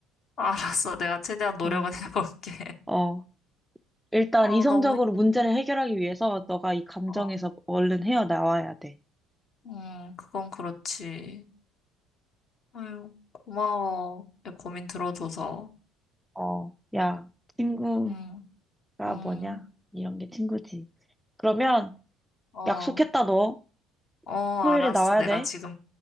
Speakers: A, on the left; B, in the centre.
A: 알았어. 내가 최대한 노력은
B: 어,
A: <laughs> 해볼게.
B: 어. 일단
A: 어,
B: 이성적으로
A: 너무 힘든데.
B: 문제를 해결하기 위해서 너가 이 감정에서
A: 어,
B: 얼른 헤어나와야 돼.
A: 음, 그건 그렇지. 아유, 고마워. 내 고민 들어줘서.
B: 어, 야, 친구가
A: 응, 응,
B: 뭐냐? 이런 게 친구지. 그러면,
A: 어,
B: 약속했다, 너.
A: 어,
B: 토요일에
A: 알았어.
B: 나와야
A: 내가
B: 돼.
A: 지금